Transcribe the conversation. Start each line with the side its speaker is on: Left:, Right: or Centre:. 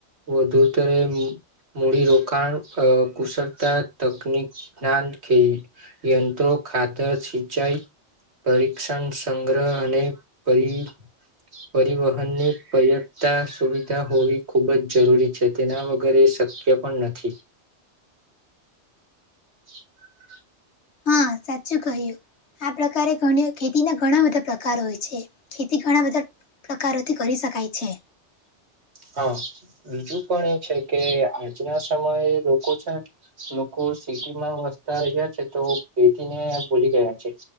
Right: વધુતરે મૂડીરોકાણ અ કુશળતા તકનીક જ્ઞાન થી યંત્રો, ખાતર, સિંચાઈ, પરીક્ષણ સંગ્રહ અને પરી પરિવહનની પર્યાપ્ત સુવિધા હોવી ખુબ જ જરૂરી છે તેના વગર શક ય પણ નથી. <inaudible>
Left: હા સાચું કહ્યું. આ પ્રકારે ઘળી ખેતીના ઘણા બધા પ્રકાર હોય છે, ખેતી ઘણા બધા પ્રકારોથી કરી શકાય છે.
Right: હા, બીજું પણ એ છે કે આજના સમયે લોકો છે. લોકો સિટી માં વસતા રહ્યા છે તો એથી ને ભૂલી ગયા છે.